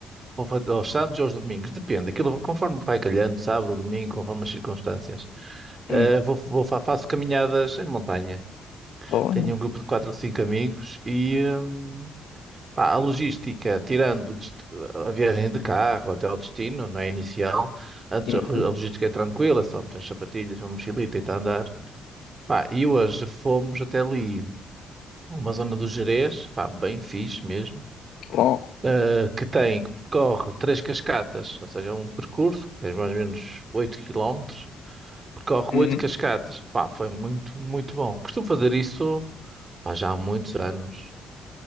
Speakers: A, on the right; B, on the left.
A: ou fa- aos sábados ou aos domingos, depende, aquilo conforme vai calhando, sábado ou domingo, conforme as circunstâncias.
B: Hum,
A: Uh, vou, vou, fa- faço caminhadas em montanha.
B: Tá Bom,
A: Tenho um grupo de quatro ou cinco amigos e hum, pá, a logística, tirando o dest- a viagem de carro até ao destino, não é inicial, antes
B: uhum,
A: a ro- a logística é tranquila, só meter as sapatilhas, uma mochilita e está a andar. Pá, e hoje fomos até ali, uma zona do Gerês, pá, bem fixe mesmo,
B: bom.
A: uh, que tem, que percorre três cascatas, ou seja, é um percurso que tem mais ou menos 8 quilómetros. Percorre
B: uhum.
A: oito cascatas. Pá, foi muito, muito bom. Costumo fazer isso, pá, já há muitos anos.